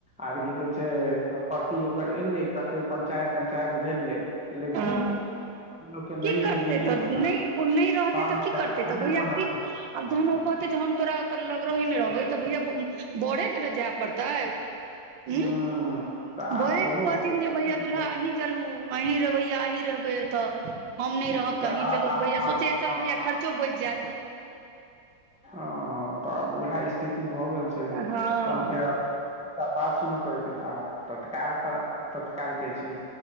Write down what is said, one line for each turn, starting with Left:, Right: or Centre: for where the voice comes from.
Centre: आर की कहै छै पति ओकर एलै पञ्चायत तं्चायत भेल रहै लेकिन
Right: हँ
Centre: के नहि
Right: की करतै
Centre: के नहिये
Right: तऽ
Centre: मानल
Right: नहि ओ नहि रहतै
Centre: तहन
Right: तऽ की
Centre: फेर
Right: करतै
Centre: आउरे
Right: तऽ भैया
Centre: मानल
Right: की आ जहन ओ कहतय जे हम तोरा तमंत्री लग रहबै नेकरबो तभैया बरेके ने जाइ पड़तै। हँ,
Centre: हूँ
Right: ओ
Centre: तऽ
Right: बड़के
Centre: आब ओहो
Right: कहथिन
Centre: ओहो
Right: जे,
Centre: कते
Right: भैया
Centre: दिन
Right: दूलहा
Centre: रहत।
Right: छथि। चलू अहीं रहबैया अहीं रहबै ओत हम नहि
Centre: हूँ,
Right: रहब
Centre: तऽ
Right: त हीं
Centre: आब
Right: चलू
Centre: आब
Right: भैया सोचैया
Centre: आब
Right: चल
Centre: हँ
Right: भैया खर्चो बचि जायत
Centre: हँ तऽ आब उएह स्थिति भऽ गेल छै तहन
Right: हँ
Centre: फेर आब त बात सुनय पड़ै छै त तत्काल पर तत्काल कहै छियै